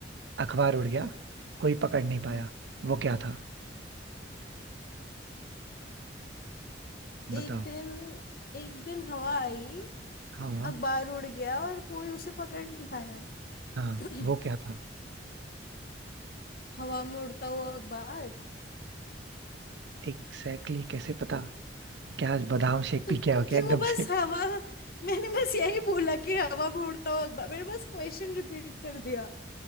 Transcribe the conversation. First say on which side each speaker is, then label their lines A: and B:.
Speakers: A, on the right; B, on the left.
A: अखबार उड़ गया
B: हम्म
A: कोई पकड़ नहीं पाया
B: हम्म।
A: वो क्या था
B: एक
A: बताओ
B: दिन एक दिन हवा आई
A: हाँ
B: अखबार उड़ गया और कोई उसे पकड़ नहीं पाया
A: हाँ
B: <clears throat>
A: वो क्या था
B: हवा में उड़ता हुआ अखबार
A: एग्जैक्टली exactly कैसे पता क्या आज बादाम शेक पी
B: क्योंकि
A: के आओ क्या एकदम
B: वो बस
A: से
B: हवा मैंने बस यही बोला कि हवा में उड़ता हुआ अखबार मैंने बस क्वेश्चन रिपीट कर दिया